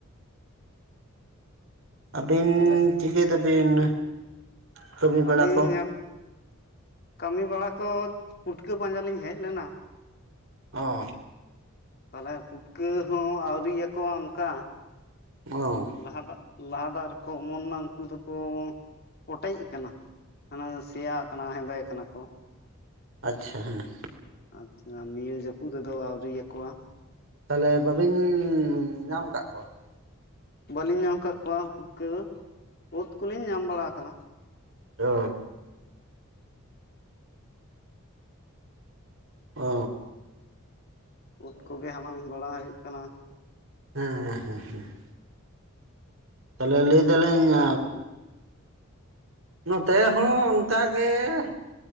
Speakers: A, on the right; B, on the left.
A: ᱟᱹᱵᱤᱱ
B: ᱛᱟᱦᱚᱞᱮ
A: ᱪᱤᱠᱟᱹᱭ ᱫᱟᱵᱤᱱ? ᱠᱟᱹᱢᱤ ᱵᱟᱲᱟ
B: ᱟᱹᱞᱤᱧ
A: ᱠᱚ
B: ᱠᱟᱹᱢᱤ ᱵᱟᱲᱟ ᱠᱚ, ᱯᱩᱴᱠᱟᱹ ᱯᱟᱸᱡᱟ ᱞᱤᱧ ᱦᱮᱡ ᱞᱮᱱᱟ ᱾
A: ᱚ
B: ᱛᱟᱦᱚᱞᱮ ᱯᱩᱴᱠᱟᱹ ᱦᱚᱸ ᱟᱹᱣᱨᱤᱭᱟᱠᱚ ᱚᱱᱠᱟ ᱾
A: ᱚ
B: ᱞᱟᱦᱟ ᱫᱟᱜ ᱞᱟᱦᱟ ᱫᱟᱜ ᱨᱮᱠᱚ ᱚᱢᱚᱱ ᱮᱱᱟ ᱩᱱᱠᱩ ᱫᱚᱠᱚ ᱚᱴᱮᱡ ᱟᱠᱟᱱᱟ ᱾ ᱚᱱᱟ ᱥᱮᱭᱟ ᱟᱠᱟᱱᱟ, ᱦᱮᱸᱫᱮ ᱠᱟᱱᱟ ᱠᱚ ᱾
A: ᱟᱪᱪᱷᱟ ᱦᱮᱸ ᱾
B: ᱟᱪᱪᱷᱟ, ᱱᱤᱭᱟᱹ ᱡᱟᱹᱯᱩᱫ ᱨᱮᱫᱚ ᱟᱹᱣᱨᱤᱭᱟᱠᱚᱣᱟ ᱾
A: ᱛᱟᱦᱚᱞᱮ ᱵᱟᱹᱵᱤᱱ ᱧᱟᱢ ᱟᱠᱟᱫ ᱠᱚᱣᱟ ᱾
B: ᱵᱟᱹᱞᱤᱧ ᱧᱟᱢ ᱟᱠᱟᱫ ᱠᱚᱣᱟ ᱯᱩᱴᱠᱟᱹ ᱫᱚ, ᱚᱛ ᱩᱫᱽ ᱠᱚᱞᱤᱧ ᱧᱟᱢ ᱵᱟᱲᱟ ᱟᱠᱟᱫᱟ ᱾
A: ᱚ ᱾ ᱚ ᱾
B: ᱩᱫ ᱠᱚᱜᱮ ᱦᱟᱞᱟᱝ ᱵᱟᱲᱟ ᱦᱩᱭᱩᱜ ᱠᱟᱱᱟ ᱾
A: ᱦᱮᱸ ᱦᱮᱸ ᱦᱮᱸ ᱦᱮᱸ ᱾ ᱛᱟᱦᱚᱞᱮ ᱞᱟᱹᱭ ᱫᱟᱞᱤᱧ ᱱᱚᱛᱮ ᱦᱚᱸ ᱚᱱᱠᱟ ᱜᱮ ᱾